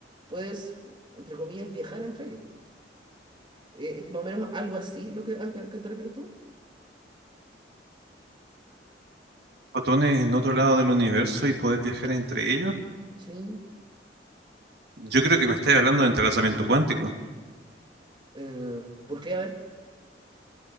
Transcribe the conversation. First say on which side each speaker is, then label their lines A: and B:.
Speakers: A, on the right; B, on the right.
A: puedes, entre comillas, viajar entre ellos. Eh, Es más o menos algo así lo que, a que a que te refieres tú.
B: Fotones en otro lado del universo y poder viajar entre ellos.
A: Sí.
B: Yo creo que me estáis hablando de entrelazamiento cuántico.
A: Eh, ¿por qué? A ver.